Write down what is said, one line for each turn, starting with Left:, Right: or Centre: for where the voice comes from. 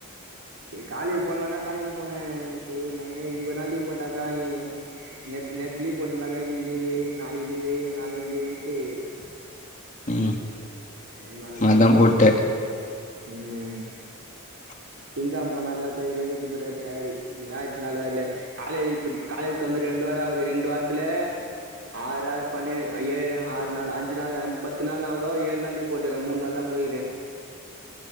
Right: செரி காலேஜ் போலான்தான்டா களம்ப் போனே செர் மைண்ட இன்னிக் ஒரு நாள் லீவ் போட்டாக்கா இ நேத்து நேத்து லீவ் போட்டிர்ந்தாக்கா இன்னிக்கி லீவு நாளிக்கு லீவு நாளான்னைக் லீவுன்ட்டு
Left: <inaudible> ம்
Right: நா இப்டியே
Left: அதா
Right: இருந்துட்டன்
Left: போட்டே
Right: ம்
Left: <inaudible>
Right: திங்க்கெழம போனாக்க கழுவி கழுவி ஊத்தப் போறாரு சாரு ஏ இத்தன் நாள் வர்லே காலேஜ் இப்ப காலேஜ் தொறந்து ரெண்டு வா ராவுது ரெண்டு வார்த்துல ஆறு ஆறு பண்ணு ஐ ஏழு ஆறு நாளு அஞ்சு நாளு அஞ் பத்து நாள்னா கூட ஏழு நாள் லீவு போட்டுறே மூணு நாள் தா போயிறே